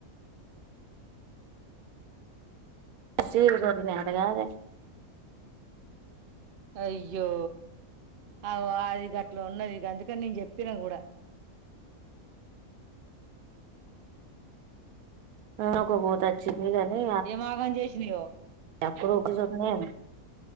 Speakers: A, on the right (about 85°); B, on the right (about 70°).
A: ఆ సీలు కొట్టినా అత్తగాదని
B: అయ్యో అ అది గట్లా ఉన్నది అందుకని నేను చెప్పిన కూడ
A: మేకబోతొచి మీదనీ
B: ఏమాగం చేసిపోయినయో
A: ఎప్పుడు ఒకే చోట ఉన్నాయి